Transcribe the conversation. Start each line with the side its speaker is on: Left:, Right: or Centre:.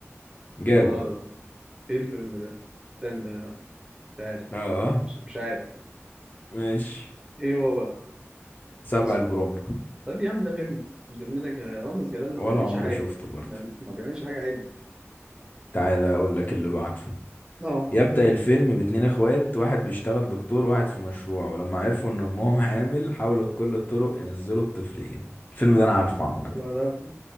Left: جاوب
Right: يا نهار أبيض. ايه الفيلم ده؟ استنى مش عارف
Left: اه
Right: مش, مش عارف
Left: ماشي
Right: ايه هو بقى؟
Left: سبع
Right: اسمه
Left: البرومبا
Right: طيب يا عم ده فيلم بذمتك يا رامز جلال ما
Left: ولا
Right: بيعملش
Left: عمري
Right: حاجة
Left: شفته برضه
Right: ده ما بيعملش حاجة عدلة
Left: تعالى اقول لك اللي بعده
Right: اه
Left: يبدأ الفيلم باتنين اخوات واحد بيشتغل دكتور وواحد في مشروع ولما عرفوا ان امهم حامل حاولوا بكل الطرق ينزلوا الطفلين الفيلم ده انا عارفه عامة
Right: وبعدها